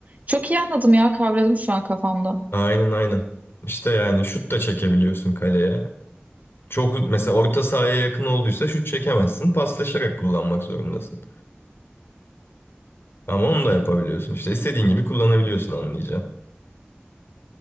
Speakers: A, on the right; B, on the left.
A: Çok iyi anladım ya kavradım şu an kafamda.
B: Aynen aynen. İşte yani şut da çekebiliyorsun kaleye. Çok mesela orta sahaya yakın olduysa şut çekemezsin. Paslaşarak kullanmak zorundasın. Ama onu da yapabiliyorsun. İşte istediğin gibi kullanabiliyorsun anlayacağım.